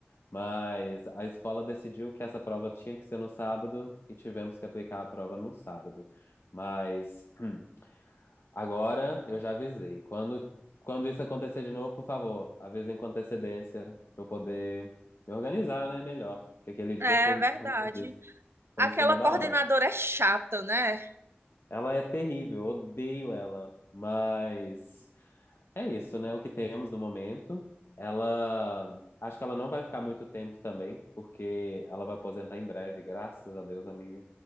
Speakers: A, on the left; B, on the right.
A: Mas a escola decidiu que essa prova tinha que ser no sábado e tivemos que aplicar a prova no sábado. Mas hum, agora eu já avisei. Quando, quando isso acontecer de novo, por favor, avisem com antecedência para eu poder me organizar, né, melhor. Porque aquele dia
B: É
A: foi,
B: verdade.
A: como você disse, foi
B: Aquela
A: em cima da
B: coordenadora
A: hora.
B: é chata, né?
A: Ela é terrível, eu odeio ela, mas é isso, né? O que temos no momento. Ela, acho que ela não vai ficar muito tempo também, porque ela vai aposentar em breve, graças a Deus, amiga.